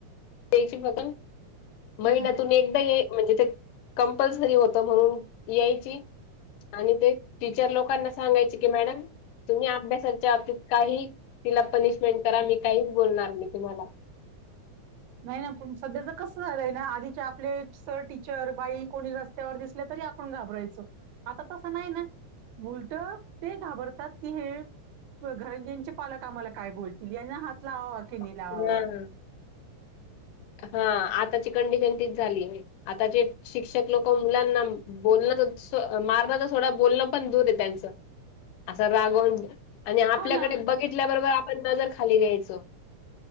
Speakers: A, on the left; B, on the right.
A: द्यायची फगण महिन्यातून
B: हम्म
A: एकदा ये म्हणजे ते कंपल्सरी होत म्हणून यायची आणि ते टीचर लोकांना सांगायचे की मॅडम तुम्ही अभ्यासाच्या बाबतीत काही तिला पनिशमेंट करा मी काहीच बोलणार नाही तुम्हाला
B: नाही ना पण सध्याच कसं झालंय ना आधीचे आपले सर टीचर बाई कोणीस् रस्त्यावर दिसले तरी आपण घाबरायचो आता तसं नाही ना उलट ते घाबरतात की हे घर यांचे पालक आम्हाला काय बोलतील यांना हात लावावा की नाही लावावा
A: हा हा आताची कंडिशन तीच झाली आताची शिक्षक लोक मुलांना बोलण मारण तर थोडं बोलणं पण दूर आहे त्यांचं असं रागवून आणि आपल्याकडे
B: हो ना
A: बघितल्याबरोबर आपण नजर खाली घ्यायचो